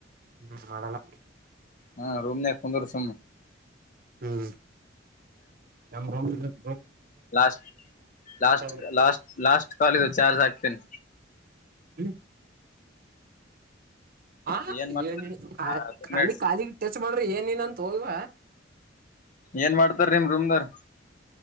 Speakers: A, on the right; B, on the left.
A: ಹ್ಮ್ ಮಾಡಲ್ಲ
B: ಹಾ ರೂಮ್ ನ ಕುಂದರುಷ
A: ಹ್ಮ್ ನ
B: ಲಾಸ್ಟ್ ಲಾಸ್ಟ್
A: ಆಗ್ಬೇಕು
B: ಲಾಸ್ಟ್ ಲಾಸ್ಟ್ ಕಾಲ್ ಚಾರ್ಜ್ ಹಾಕ್ತೇನಿ
A: ಹ್ಮ ಹ
B: ಏನ್ ಮಾಡ್ತ
A: ಏನ ಖಾಲಿ ಖಾಲಿ ಟಚ್ ಮಾಡ್ರೆ ಏನ್ನ್ ಅಂತ ಹೆನ್ ಹೆನ್ ಇವ
B: ಏನ್ ಮಾಡ್ತಾರ ರೀಮ ರೂಮ್ದರ್